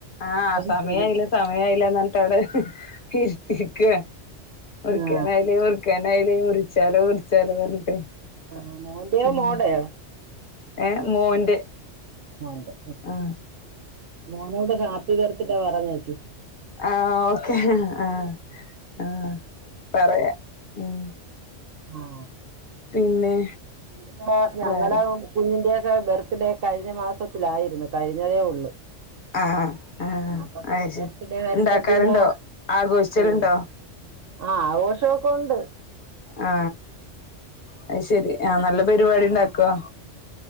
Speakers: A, on the left (about 50°); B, on the right (about 60°).
A: ആ
B: അത്
A: സമയായില്ല
B: ശരി
A: സമയയില്ല എന്നിട്ട അടെ ഇരുത്തീക്കാ മുറിക്കാനായിലേ
B: ആ
A: ഒറുക്കൻായലേ മുറിച്ചാലോ ളുറിച്ചാലോ പറഞ്ഞിട്ട്
B: ആ മോൻ്റെയോ?
A: ഉം
B: മോടയോ?
A: ഏഹ് മോന്റെ
B: മോൻ്റെ
A: ആഹ്
B: മോനോട് ഹാപ്പി ബർത്ത് ഡേ പറഞ്ഞേക്ക്
A: ആ ഓക്കെ ആഹ ആ പറയാം ഉം
B: ആ
A: പിന്നെ
B: ഇവിടതെ ഞങ്ങള
A: വേറെ
B: കുഞ്ഞിന്റെയൊക്കെ ബെർത്ത്ഡേ കഴിഞ്ഞു കഴിഞ്ഞ മാസത്തിലായിരുന്നു കഴിഞ്ഞ തേ ഒള്ളൂ
A: ആഹ് ആഹ്
B: അപ്പൊ
A: അത്
B: ബെർത്തിഡേ
A: ശരി
B: വരുമ്പോ
A: ഇണ്ടാക്കാറുണ്ടോ
B: പിന്നെ
A: ആഘോഷിച്ചലുണ്ടോ
B: ഉം ആ ആഘോഷമൊക്കെ ഉണ്ട്
A: ആ അത് ശരി ആ നല്ല പരിപാടി ഉണ്ടാക്കോ